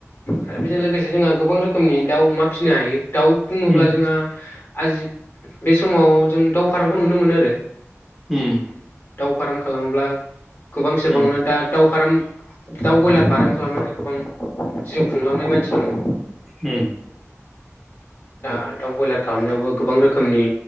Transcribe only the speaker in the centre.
उम
उम
उम
उम